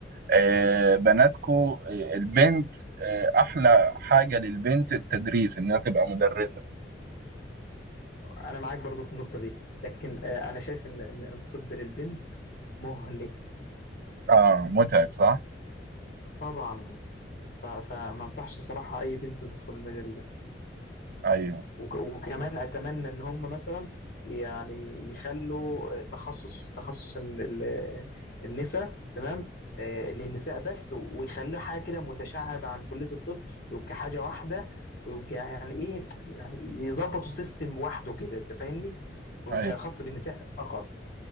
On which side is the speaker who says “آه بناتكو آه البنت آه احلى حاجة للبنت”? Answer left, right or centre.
Right